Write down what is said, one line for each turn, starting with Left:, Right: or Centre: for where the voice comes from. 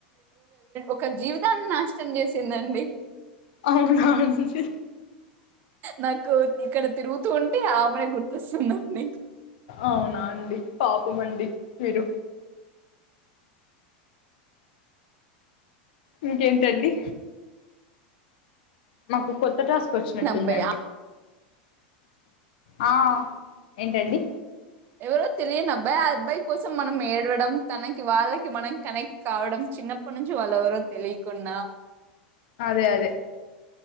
Right: ఒక జీవితాన్ని నాశనం చేసిందండి
Left: అవునాండి
Right: నాకు ఇక్కడ తిరుగుతూ ఉంటే ఆమెనే గుర్తోస్తుందండి
Left: అవునా అండి పాపం అండి మీరు ఇంకేంటండి మాకు కొత్త టాస్ వచ్చినట్టుందండి
Right: అబ్బాయి ఆ
Left: ఆ ఏంటండి
Right: ఎవరో తెలియని అబ్బాయి ఆ అబ్బాయి కోసం మనం ఏడవడం తనకి వాళ్ళకి మనం కనెక్ట్ కావడం చిన్న కొంచి వాలెవరో తెలికున్నా
Left: అదే అదే